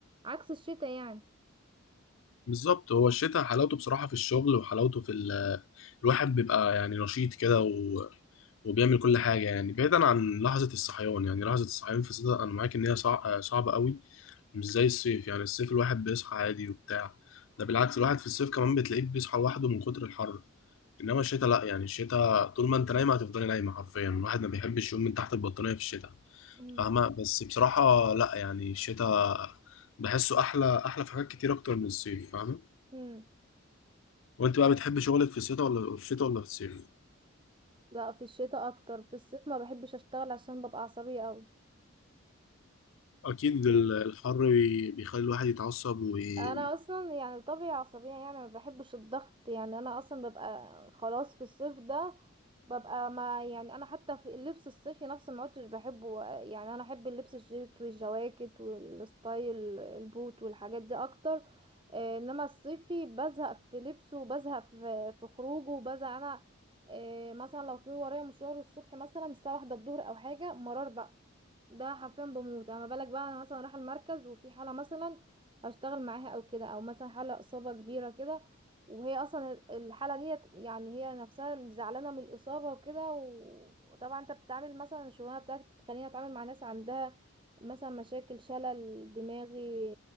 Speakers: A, on the right; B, on the left.
A: عكس الشتاء يعني
B: بالظبط هو الشتاء حلاوته بصراحه في الشغل وحلاوته في ال... الواحد بيبقى يعني نشيط كده و... وبيعمل كل حاجه يعني بعيدا عن لحظه الصحيان يعني لحظه الصحيان في الشتاء انا معاك ان هي صع... صعبه قوي مش زي الصيف يعني الصيف الواحد بيصحى عادي وبتاع ده بالعكس الواحد في الصيف كمان بتلاقيه بيصحى لوحده من كتر الحر انما الشتاء لا يعني الشتاء طول ما انت نايمه هتفضلي نايمه حرفيا الواحد ما بيحبش يقوم من تحت البطانيه في الشتاء
A: امم
B: فاهمه بس بصراحه لا يعني الشتاء بحسه احلى احلى في حاجات كتير اكتر من الصيف فاهمه
A: امم
B: وانت بقى بتحب شغلك في الشتاء ولا في الشتاء ولا في الصيف
A: لا في الشتاء اكتر في الصيف ما بحبش اشتغل عشان ببقى عصبية قوي
B: اكيد ال- الحر بيخلي الواحد يتعصب وي...
A: انا اصلا يعني طبيعي عصبيه يعني ما بحبش الضغط يعني انا اصلا ببقى خلاص في الصيف ده ببقى ما يعني انا حتى في اللبس الصيفي نفسه ما عدتش بحبه يعني انا احب اللبس الجيت والجواكت والستايل البوت والحاجات دي اكتر آه، انما الصيفي بزهق في لبسه وبزهق في في خروجه وبزهق انا آه، مثلا لو في ورايا مشوار الصبح مثلا الساعه واحدة الظهر او حاجه مرار بقى ده حرفيا بموت اما بالك بقى انا مثلا رايحه المركز وفي حاله مثلا هشتغل معاها او كده او مثلا حالة اصابة كبيرة كده وهي اصلا الحالة ديت يعني هي نفسها زعلانة من الاصابة وكده و- وطبعا انت بتتعامل مثلا الشغلانة بتاعتك بتخليني اتعامل مع ناس عندها مثلا مشاكل شلل دماغي